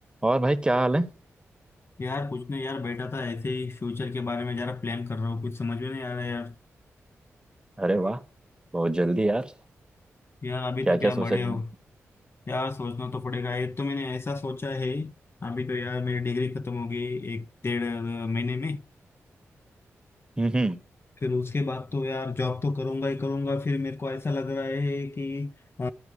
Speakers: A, on the right; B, on the left.
A: और भाई क्या हाल है
B: यार कुछ नहीं यार बैठा था ऐसे ही फ्यूचर के बारे में जरा प्लान कर रहा हूँ कुछ समझ में नहीं आ रहा है यार
A: अरे वाह बहुत जल्दी यार
B: यार अभी
A: क्या
B: तो
A: क्या
B: क्या
A: सोचा
B: बड़े
A: हम्म
B: हो यार सोचना तो पड़ेगा एक तो मैंने ऐसा सोचा है अभी तो यार मेरी डिग्री खत्म होगी एक डेढ़ महीने में
A: हम्म
B: फिर उसके बाद तो यार जॉब तो करूंगा ही करूंगा फिर मेरे को ऐसा लग रहा है कि अ,